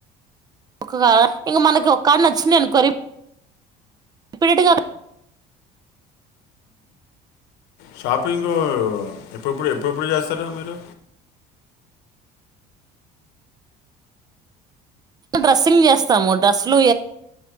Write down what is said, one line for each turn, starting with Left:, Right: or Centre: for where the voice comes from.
Right: ఒక ఇంక మనకి ఒకక్కడ నచ్చింది అనుకోరి రిపీటెడ్గా
Left: షాపింగు ఎప్పుడుప్పుడు ఎప్పుడప్పుడు చేస్తార మీరు
Right: డ్రెస్సింగ్ చేస్తాము డ్రెస్సులు